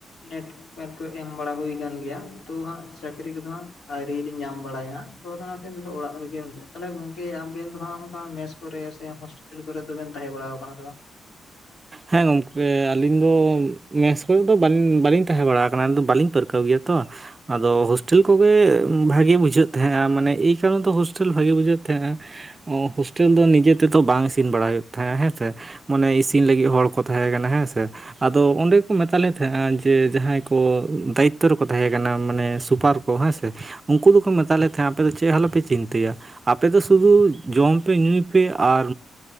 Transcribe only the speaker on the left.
ᱱᱮᱴ ᱢᱮᱴ ᱠᱚ ᱮᱢ ᱵᱟᱲᱟ ᱦᱩᱭ ᱠᱟᱱ ᱜᱮᱭᱟ ᱛᱚ ᱦᱟᱸᱜ ᱪᱟᱹᱠᱨᱤ ᱠᱚᱫᱚ ᱦᱟᱸᱜ ᱟᱹᱣᱨᱤ ᱞᱤ ᱧᱟᱢ ᱵᱟᱲᱟᱭᱟ ᱦᱟᱸᱜ ᱛᱚᱫᱚ ᱚᱱᱟ <unintelligible> ᱚᱲᱟᱜ ᱨᱮᱜᱮᱵ ᱞᱟᱹᱭᱟ ᱛᱟᱦᱚᱞᱮ ᱜᱚᱝᱠᱮ ᱟᱵᱮᱱ ᱫᱚ ᱦᱟᱸᱜ ᱚᱱᱠᱟ ᱢᱮᱥ ᱠᱚᱨᱮ ᱥᱮ <unintelligible> ᱠᱚᱨᱮ ᱫᱚᱵᱮᱱ ᱛᱟᱦᱮᱸ ᱵᱟᱲᱟ ᱟᱠᱟᱱᱟ ᱥᱮ ᱵᱟᱝ